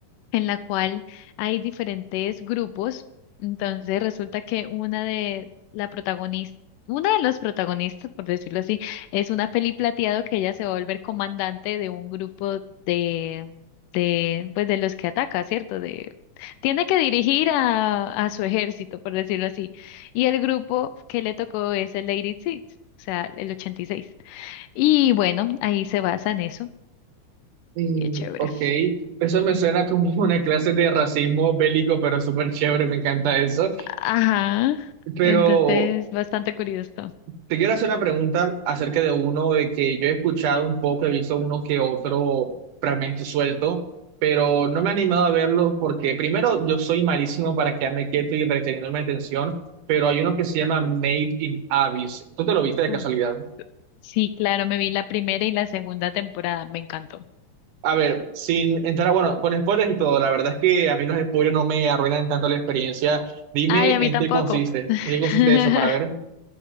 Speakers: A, on the left; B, on the right.
A: en la cual hay diferentes grupos. Entonces resulta que una de la protagonista, una de los protagonistas, por decirlo así, es una peli plateado que ella se va a volver comandante de un grupo de, de, pues de los que ataca, ¿cierto? De, tiene que dirigir a, a su ejército, por decirlo así. Y el grupo que le tocó es el Lady Six o sea, el 86. Y seis. Y bueno, ahí se basa en eso.
B: Mm,
A: Y es chévere.
B: ok, eso me suena como <laughs> una clase de racismo bélico, pero súper chévere, me encanta eso.
A: Ajá,
B: Pero
A: entonces bastante curioso.
B: Te quiero hacer una pregunta acerca de uno de que yo he escuchado un poco, he visto uno que otro fragmento suelto, pero no me he animado a verlo porque primero yo soy malísimo para quedarme quieto y reteniendo mi atención, pero hay uno que se llama Made in Abyss. ¿Tú te lo viste de casualidad?
A: Uf, Sí, claro, me vi la primera y la segunda temporada, me encantó.
B: A ver, sin entrar, bueno, con spoilers y todo, la verdad es que a mí los spoilers no me arruinan tanto la experiencia. Dime
A: Ay, a
B: en
A: mí tampoco.
B: qué consiste, en
A: <laughs>
B: qué consiste eso para ver.